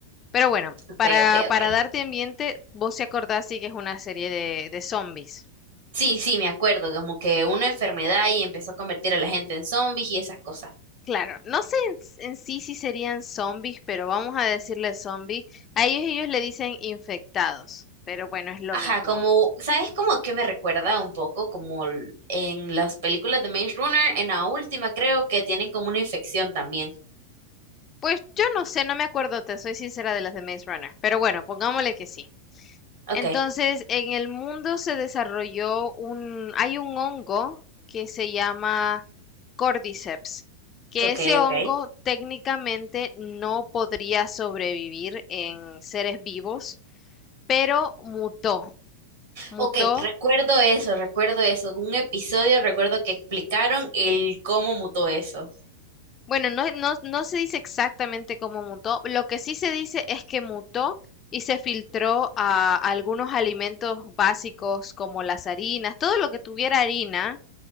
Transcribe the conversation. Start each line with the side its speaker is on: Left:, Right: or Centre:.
Left: Pero bueno,
Right: Ok,
Left: para,
Right: ok, ok.
Left: para darte ambiente, vos se acordás sí que es una serie de, de zombies.
Right: Sí, sí, me acuerdo, como que una enfermedad y empezó a convertir a la gente en zombies y esas cosas.
Left: Claro, no sé en, en sí si serían zombies, pero vamos a decirle zombies. A ellos ellos le dicen infectados, pero bueno, es lo
Right: Ajá,
Left: mismo.
Right: como, ¿sabes cómo que me recuerda un poco? Como l- en las películas de Maze Runner, en la última creo que tienen como una infección también.
Left: Pues yo no sé, no me acuerdo, te soy sincera de las de Maze Runner, pero bueno, pongámosle que sí.
Right: Ok.
Left: Entonces, en el mundo se desarrolló un, hay un hongo que se llama Cordyceps, que
Right: Ok,
Left: ese
Right: ok.
Left: hongo técnicamente no podría sobrevivir en seres vivos, pero mutó, mutó.
Right: Ok, recuerdo eso, recuerdo eso. Un episodio, recuerdo que explicaron el cómo mutó eso.
Left: Bueno, no, no, no se dice exactamente cómo mutó, lo que sí se dice es que mutó y se filtró a algunos alimentos básicos como las harinas, todo lo que tuviera harina